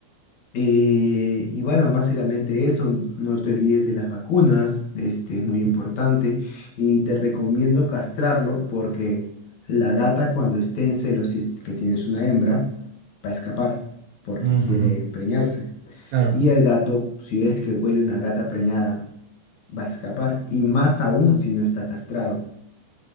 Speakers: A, on the left; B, on the right.
A: Eh, y bueno, básicamente eso, no te olvides de las vacunas, este es
B: Ujú.
A: muy importante y te recomiendo castrarlo porque la gata cuando esté en celos, si es que tienes una hembra, va a escapar porque
B: Ujú,
A: quiere preñarse.
B: claro,
A: Y el gato, si es que huele una gata preñada, va a escapar y más aún si no está castrado.